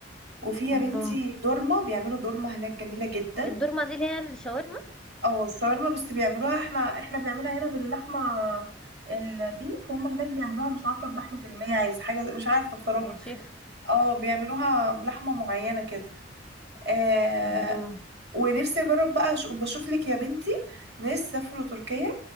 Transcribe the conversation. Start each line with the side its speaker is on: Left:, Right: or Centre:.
Right: وفي يا
Centre: الله
Right: بنتي دورمة بيعملوا دورمة هناك جميلة جدا
Centre: الدورمه دي اللي هي الشاورما
Right: اه الشاورما بس بيعملوها احنا احنا بنعملها هنا باللحمة البيف وهم هناك بيعملوها مش عارفة بلحمة الماعز حاجة زي- مش عارفة بصراحة
Centre: يا شيخ
Right: اه بيعملوها بلحمة معينة كده آه
Centre: الله
Right: ونفسي اجرب بقى ش- بشوف لك يا بنتي ناس سافروا تركيا